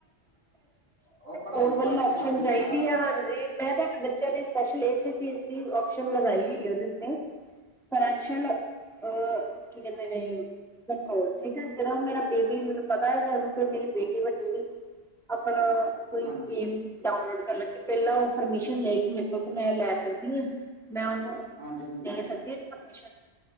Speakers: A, on the right; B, in the centre.
A: ਉਹ ਪੜ੍ਹਾਈ
B: ਗੋਲ ਵਾਲੀ
A: ਵੱਲ ਧਿਆਨ
B: ਆਪਸ਼ਨ
A: ਨਹੀਂ
B: ਚਾਹੀਦੀ,
A: ਹੁੰਦਾ
B: ਹਾਂਜੀ <inaudible> ਮੈਂ ਤਾਂ ਆਪਣੇ ਬੱਚਿਆਂ ਲਈ ਸਪੈਸ਼ਲ, ਇਸੇ ਚੀਜ਼ ਦੀ ੳਪਸ਼ਨ ਲਗਾਈ ਹੋਈ ਉਹਦੇ ਉੱਤੇ ਫੈਨੰਸ਼ੈਲ ਅਹ ਕੀ ਕਹਿੰਦੇ ਨੇ, ਹੋਰ ਠੀਕ ਹੈ, ਜਦੋਂ ਮੇਰਾ ਬੇਬੀ ਮੈਨੂੰ ਪਤਾ ਹੈਗਾ ਕੋ ਮੇਰੀ ਬੇਟੀ ਵੱਡੀ ਵੀ, ਆਪਣਾ ਕੋਈ
A: ਹਾਂਜੀ
B: ਗੇਮ ਡਾਊਨਲੋਡ ਕਰ ਲੱਗੀ, ਪਹਿਲਾਂ ਉਹ ਪਰਮਿਸ਼ਨ ਲੈਗੀ ਮੇਰੇ ਕੋਲ, ਕਿ ਮੈਂ ਲੈ ਸਕਦੀ ਹਾਂ। ਮੈਂ ਉਹਨੂੰ
A: ਹਾਂਜੀ ਹਾਂਜੀ
B: ਦੇ ਸਕਦੇ ਹਾ, ਪਰਮਿਸ਼ਨ